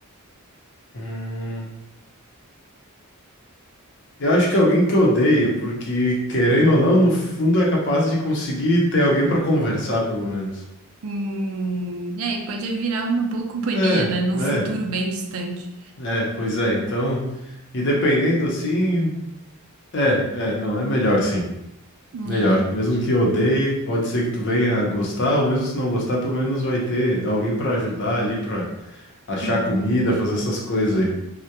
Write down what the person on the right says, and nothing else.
Hum, é, e aí, pode virar uma boa companhia,
né? Num
futuro bem distante.
É.
Uhum.